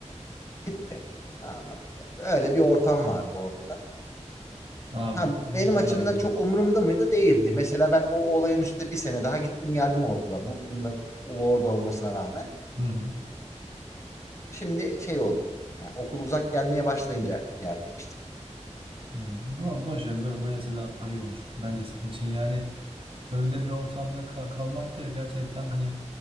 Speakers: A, on the left; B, on the right.
A: Gitti. Ha, öyle bir ortam vardı orada da.
B: Abi
A: Ha,
B: iyi
A: benim açımdan
B: ki ayrılmışsın.
A: çok umurumda mıydı? Değildi. Mesela ben o olayın üstüne bir sene daha gittim geldim o okula. Bu, bunlar bu orada olmasına rağmen.
B: Hı hı.
A: Şimdi şey oldu. Yani okul uzak gelmeye başlayınca yer değişti.
B: Hmm, bo boş ver bö- böylesi daha, daha iyi olmuş bence senin için yani öyle bir ortamda ka- kalmak ya gerçekten hani